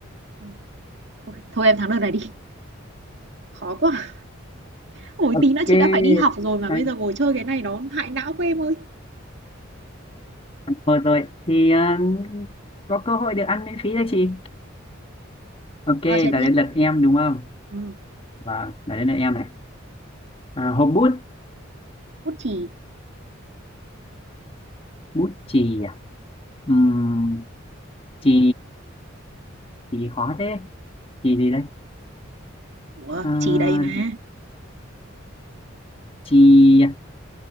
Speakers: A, on the right; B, on the left.
A: ừ. Thôi thôi em thắng đợt này đi, khó quá. Ôi,
B: ok
A: tí nữa chị đã phải đi học rồi mà
B: hay
A: bây giờ ngồi chơi cái này nó hại não của em ơi.
B: thôi rồi thì ờ, có cơ hội được ăn miễn phí đấy chị ok
A: Thôi chơi
B: là
A: tiếp.
B: đến lượt em đúng không
A: Ừm,
B: và là đến lượt em này à, hộp bút
A: bút chì.
B: bút chì à Ừm, chì chì khó thế chì gì đây
A: Ủa,
B: à,
A: chì đây mà.
B: chì à?